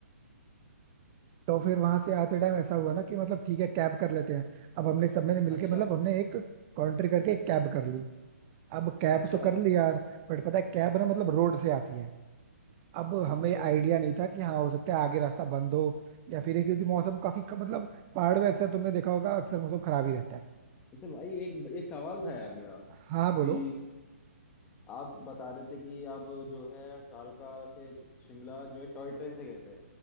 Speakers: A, on the right; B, on the left.
A: तो फिर वहां से आते टाइम ऐसा हुआ ना कि मतलब ठीक है कैब कर लेते हैं अब हमने सब ने मिलके
B: अच्छा
A: मतलब हमने एक कॉन्ट्री करके एक कैब कर ली अब कैब
B: अच्छा
A: तो कर ली यार बट पता है कैब ना मतलब रोड से आती है अब हमें
B: अच्छा
A: आइडिया नहीं था कि हाँ हो सकता है आगे रास्ता बंद हो या फिर ये क्योंकि मौसम काफी मतलब पहाड़ में अक्सर तुमने देखा होगा अक्सर मौसम खराब ही रहता है
B: अच्छा भाई एक एक सवाल था यार मेरा
A: हाँ
B: कि
A: बोलो
B: आप बता रहे थे कि आप जो है कालका से च- शिमला जो है टॉय ट्रेन से गए थे